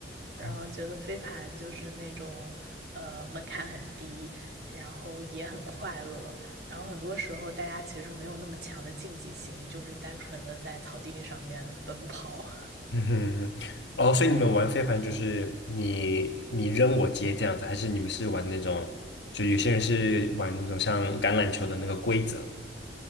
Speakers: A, on the left (about 85°); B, on the right (about 65°).
A: <laughs>
B: 然后觉得飞盘就是那种呃门槛很低，然后也很快乐，然后很多时候大家其实没有那么强的竞技心，就是单纯的在草地上面奔跑。<laughs>
A: 嗯哼嗯哼，哦，所以你们玩飞盘就是你你扔我接这样子，还是你们是玩那种，就有些人是玩那种像橄榄球的那个规则？